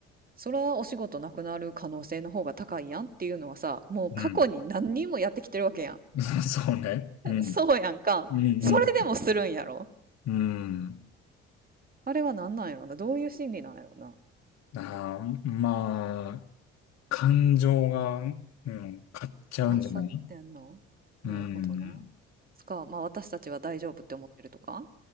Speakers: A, on the right (about 30°); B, on the left (about 60°).
A: それはお仕事なくなる可能性の方が高いやんっていうのはさ、もう過去に何人もやってきてるわけやん。
B: うん。<laughs> そうね。
A: <laughs>
B: うん。
A: そうやんか。
B: うん。
A: それでもするんやろ。
B: うん。うん。
A: あれは何なんやろな。どういう心理なんやろな。
B: ああ、まあ。感情が、うん、買っちゃうんじゃない
A: まっさってんのなるほどな。
B: うん。
A: つか、まあ私たちは大丈夫って思ってるとか